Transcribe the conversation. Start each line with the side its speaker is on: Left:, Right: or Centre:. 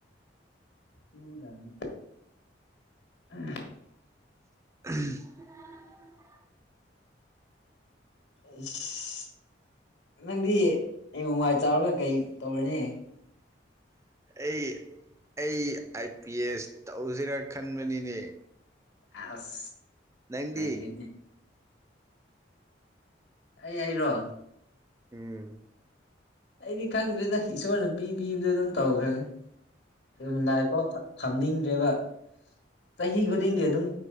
Left: ꯇꯨꯗꯝꯅꯤ ꯑꯥ
Right: <inaudible>
Left: ꯑꯩꯁ ꯅꯪꯗꯤ ꯍꯌꯦꯡꯋꯥꯏ ꯆꯥꯎꯔꯒ ꯀꯩ ꯇꯧꯔꯅꯤ
Right: ꯑꯩ ꯑꯩ ꯑꯥꯏ ꯄꯤ ꯑꯦꯁ ꯇꯧꯖꯤꯔꯥ ꯈꯟꯕꯅꯤꯅꯦ
Left: ꯑꯁ
Right: ꯅꯪꯗꯤ
Left: ꯅꯩꯔꯦꯅꯦ ꯑꯩ ꯑꯩꯔꯣ
Right: ꯎꯝ
Left: ꯑꯩꯗꯤ ꯈꯪꯗ꯭ꯔꯦꯗ ꯏꯁꯣꯔꯅ ꯄꯤ ꯄꯤꯕꯗꯣ ꯑꯗꯨꯝ ꯇꯧꯈ꯭ꯔꯒꯦ ꯗꯨꯝ ꯂꯥꯏꯐꯥꯎ ꯊꯝꯅꯤꯡꯗ꯭ꯔꯦꯕ ꯆꯍꯤ ꯈꯨꯗꯤꯡꯒꯤ ꯑꯗꯨꯝ